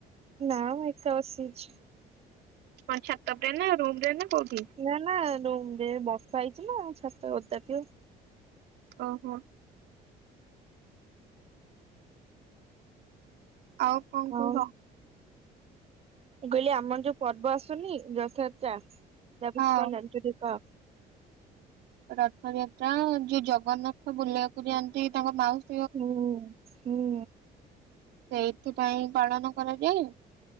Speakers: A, on the right (about 35°); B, on the right (about 75°).
A: ନା ମୁଁ ଏକା ବସିଛି।
B: କଣ ଛାତ ଉପରେ ନା ରୁମ ରେ ନା କଉଠି?
A: ନା ନା ରୁମ ରେ ବର୍ଷା ହେଇଛି ନା ଛାତ ଓଦା ଥିବ।
B: ଓହୋ। ଆଉ କଣ
A: ଆଉ
B: କୁହ?
A: ମୁଁ କହିଲି ଆମର ଯୋଉ ପର୍ବ ଆସୁନି ଯଥଯାତ୍ରା ତା
B: ହଁ।
A: ବିଷୟରେ କଣ ଜଣିଚ କ?
B: ରଥଯାତ୍ରା ଯୋଉ ଜଗନ୍ନାଥ ବୁଲିବାକୁ ଯାଆନ୍ତି ତାଙ୍କ ମାଉସ
A: ହୁଁ ହୁଁ
B: ସେଇଥିପାଇଁ ପାଳନ କରାଯାଏ